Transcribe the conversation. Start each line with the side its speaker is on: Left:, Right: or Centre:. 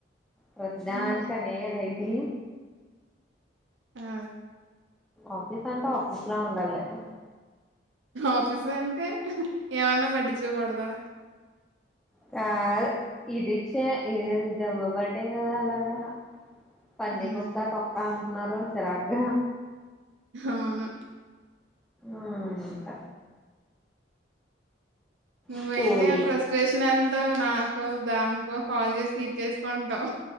Centre: ప్రతిదానికి
Right: హ్మ్.
Centre: అనేయాల ఇది
Right: ఆ
Centre: ఆఫీస్ అంటే ఆఫీస్ లా ఉండాలి కదా
Right: ఆఫీసు అంటే ఏమన్నా పట్టించుకోకూడదా
Centre: కాదు ఇదిచ్చ ఇదివ్వబాట్టెకదా అలాగా పందిగొక్క
Right: హ్మ్.
Centre: తొక్కా అంటున్నారు చిరాగ్గా
Right: అవును
Centre: ఉమ్ ఇంక
Right: నువ్వైతే
Centre: స్కూల్
Right: ఆ ఫ్రస్ట్రేషన్ అంతే నా కో దానికో కాల్ చేసి తీర్చేసుకుంటావు